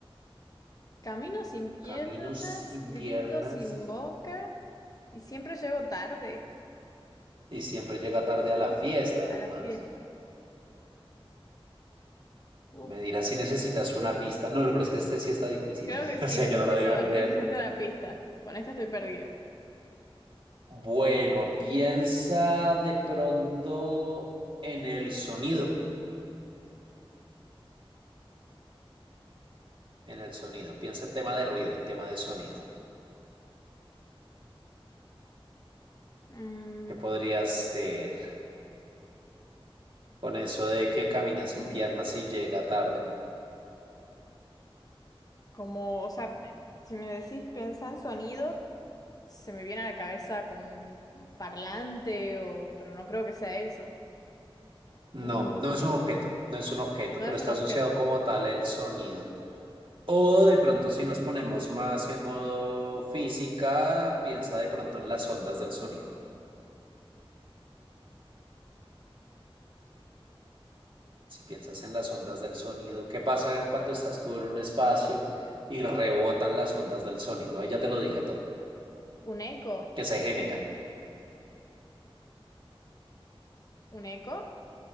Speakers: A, on the left; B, on the right.
A: Camino sin piernas,
B: Camino sin
A: grito
B: piernas
A: sin boca y siempre llego tarde
B: y siempre llega tarde a la fiesta, además.
A: a la fiesta. Uf,
B: Me dirás si necesitas
A: creo,
B: una pista. No, lo peor es que este sí está difícil.
A: creo
B: <laughs>
A: que sí,
B: O sea,
A: necesito,
B: yo no lo debo ni
A: necesito
B: leer nunca.
A: una pista. Con esta estoy perdida.
B: Bueno, piensa de pronto en el sonido. En el sonido. Piensa en tema de ruido, en tema de sonido.
A: Mm,
B: ¿Qué podría ser con eso de que camina sin
A: mm,
B: piernas y llega tarde?
A: como, o sea, pe- si me decís piensa en sonido, se me viene a la cabeza como un parlante o, pero no creo que sea eso.
B: No,
A: Un,
B: no es un objeto, no es un objeto,
A: no
B: pero
A: es
B: está
A: un objeto.
B: asociado como tal el sonido. O de pronto si nos ponemos más en modo física, piensa de pronto en las ondas del sonido. Si piensas en las ondas del sonido, ¿qué pasa cuando estás tú en un espacio y rebotan las ondas del sonido? Ahí ya te lo dije todo,
A: ¿Un eco?
B: que se genera.
A: ¿Un eco?